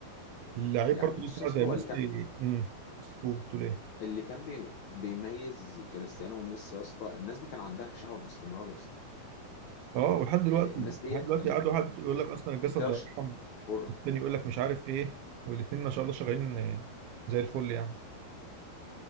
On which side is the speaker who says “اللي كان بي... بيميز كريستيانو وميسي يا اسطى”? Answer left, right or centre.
Left